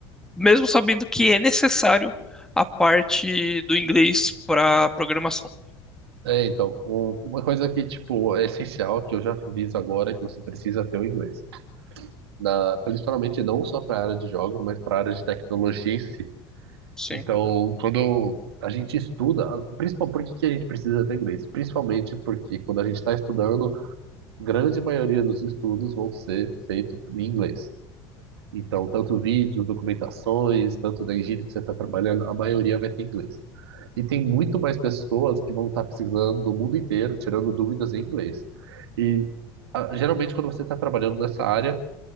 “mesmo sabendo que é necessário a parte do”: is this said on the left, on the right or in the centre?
Centre